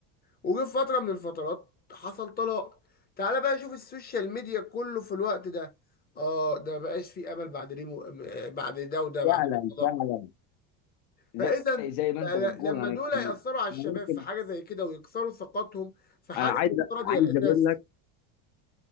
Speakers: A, on the left; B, on the left.
A: وجه في فترة من الفترات حصل طلاق تعال بقى شوف السوشيال ميديا كله في الوقت ده اه ده مبقاش فيه امل بعد ريمو بعد ده وده بعد
B: فعلا
A: الطلاق
B: فعلا زي
A: فاذا
B: زي ما
A: بقى
B: انت
A: ل-
B: بتقول
A: لما
B: انا
A: دول
B: يمكن-
A: ياثروا على الشباب
B: انا ممكن
A: في حاجه زي كده ويكسروا ثقتهم في حاجه
B: انا عايز
A: المفترض
B: عايز
A: هي الاساس
B: اقول لك